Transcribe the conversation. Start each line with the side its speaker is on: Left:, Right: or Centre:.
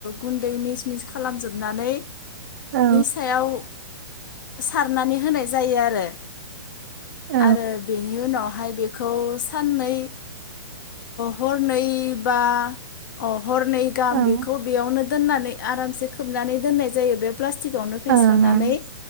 Left: गुनदै मिस मिस खालामजोबनानै
Right: औ
Left: सायाव सारनानै होनाय जायो आरो
Right: औ
Left: आरो बेनि उनावहाय बेखौ साननै हरनै बा अ हरनै गाहाम
Right: ओं
Left: बेखौ बेयावनो दोननानै आरामसे खोबनानै दोननाय जायो बे प्लास्टिक फेनस्रा
Right: ओं
Left: नानै